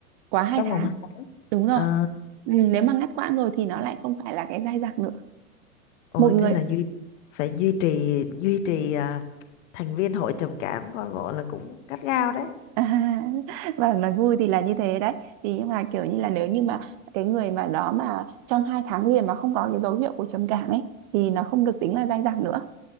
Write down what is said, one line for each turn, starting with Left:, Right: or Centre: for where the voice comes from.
Right: quá hai
Left: trong
Right: tháng
Left: vòng hai năm
Right: Đúng rồi.
Left: à
Right: Ừ, nếu mà ngắt quãng rồi thì nó lại không phải là cái dai dẳng nữa.
Left: ôi
Right: Một người
Left: thế là duy phải duy trì duy trì à, thành viên hội trầm cảm coi bộ là cũng gắt gao đấy
Right: <laughs> và nói vui thì là như thế đấy. Thì nhưng mà kiểu như là nếu như mà cái người mà đó mà trong hai tháng liền mà không có cái dấu hiệu của trầm cảm ấy thì nó không được tính là dai dẳng nữa.